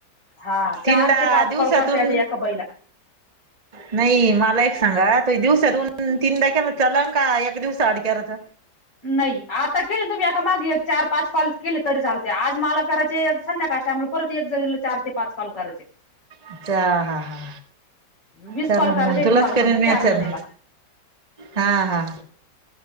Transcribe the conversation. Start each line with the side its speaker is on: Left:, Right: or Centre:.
Left: हा चार
Right: तीनदा
Left: ते पाच
Right: दिवसातून
Left: कॉल करता येता एका बाई ला.
Right: नाही मला एक सांगा ते दिवसातून तीनदा केला चालंल का, एक दिवसा आड केला तर?
Left: नाही आता केले तुम्ही एका मागे एक चार पाच कॉल केले तरी चालते, आज मला करायचे. संद्याकाळच्या आमी परत एक जणीला चार ते पाच कॉल करायचे.
Right: अच्छा, हा हा.
Left: वीस
Right: चालेलं
Left: कॉल करायचे
Right: मग तुलाच
Left: तुम्हाला समजा
Right: करीन मी
Left: चार
Right: चालं,
Left: जणीला
Right: हा-हा.